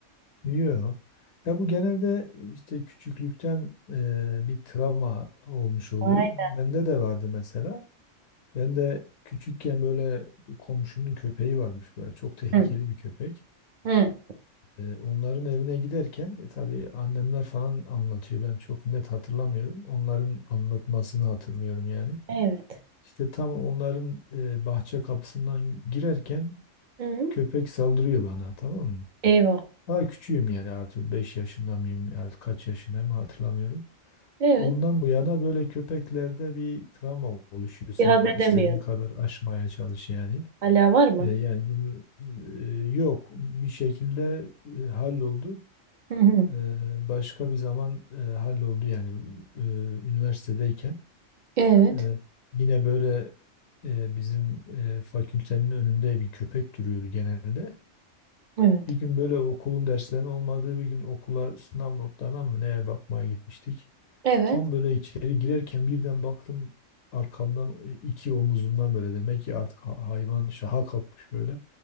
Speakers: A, on the left (about 80°); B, on the right (about 55°).
A: Yok. Ya bu genelde işte küçüklükten e, bir travma olmuş oluyor.
B: Ay,
A: Bende de vardı mesela. Ben de küçükken böyle bir komşunun köpeği varmış böyle çok tehlikeli
B: Hı.
A: bir köpek.
B: Hı.
A: E, onların evine giderken e, tabii annemler falan anlatıyor. Ben çok net hatırlamıyorum. Onların anlatmasını hatırlıyorum yani.
B: Evet.
A: İşte tam onların e, bahçe kapısından girerken
B: Hı. hı.
A: köpek saldırıyor bana tamam mı?
B: Eyvah.
A: Daha küçüğüm yani artık 5 yaşında mıyım artık kaç yaşındayım hatırlamıyorum.
B: Evet.
A: Ondan bu yana böyle köpeklerde bir travma oluşuyor. Sen
B: Bir haz edemiyorum.
A: istediğin kadar aşmaya çalış yani.
B: Hala var mı?
A: E, yani bunu e, yok bir şekilde e, halloldu.
B: Hı hı.
A: E, başka bir zaman e, halloldu yani e, üniversitedeyken.
B: Evet.
A: Ee, yine böyle e, bizim e, fakültenin önünde bir köpek duruyordu genelde.
B: Evet.
A: Bir gün böyle okulun derslerinin olmadığı bir gün okula sınav notlarına mı neye bakmaya gitmiştik.
B: Evet.
A: Tam böyle içeri girerken birden baktım arkamdan e, iki omuzumdan böyle demek ki artık ha- hayvan şaha kalkmış böyle.